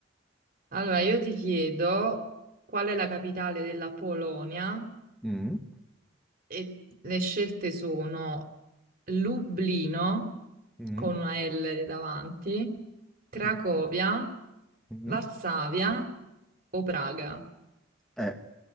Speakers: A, on the right (about 45°); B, in the centre.
A: Allora, io ti chiedo qual è la capitale della Polonia?
B: Mm.
A: E le scelte sono Lublino,
B: Mm,
A: con una L davanti, Cracovia,
B: mm, mm.
A: Varsavia o Praga.
B: Eh,